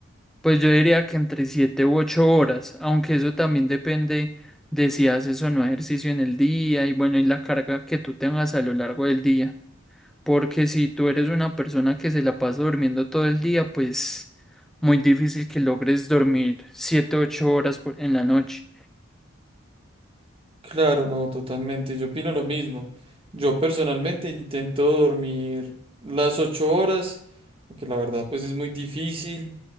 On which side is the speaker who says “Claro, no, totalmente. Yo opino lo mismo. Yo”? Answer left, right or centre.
Right